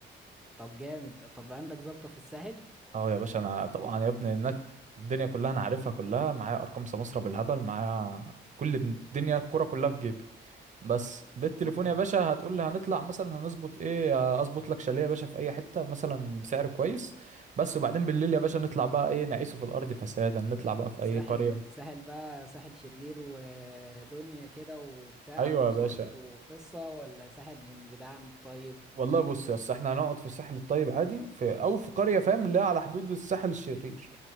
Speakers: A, in the centre; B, on the right (about 40°).
A: طب جامد طب عندك ظابطة في الساحل
B: اه يا باشا انا طبعا يا ابني هناك الدنيا كلها انا عارفها كلها معايا ارقام سمسرة بالهبل معايا كل الدنيا الكرة كلها في جيبي بس بالتليفون
A: والله
B: يا باشا هتقول لي هنطلع مثلا هنظبط ايه آه، اظبط لك شاليه يا باشا في اي حتة مثلا بسعر كويس بس وبعدين بالليل يا باشا نطلع بقى ايه نعيشه في الارض فسادا نطلع بقى في
A: ساحل
B: اي قرية
A: ساحل بقى ساحل شرير ودنيا كده وبتاع
B: ايوه
A: وصرف
B: يا باشا
A: وقصة ولا ساحل من بتاعنا طيب
B: والله بص يا اسطى احنا هنقعد في الساحل الطيب عادي في او في قرية فاهم اللي هي على حدود الساحل الشرير